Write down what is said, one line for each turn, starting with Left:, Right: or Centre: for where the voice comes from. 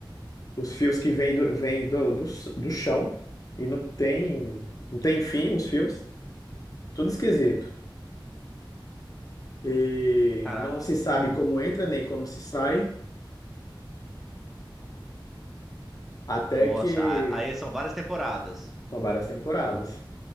Left: Os fios que vêm do, vêm do, do, s- do chão e não tem, não tem fim, os fios. Tudo esquisito. E
Centre: Caraca.
Left: não se sabe como entra nem como se sai, até
Centre: Nossa,
Left: que
Centre: a- aí são várias temporadas.
Left: são várias temporadas.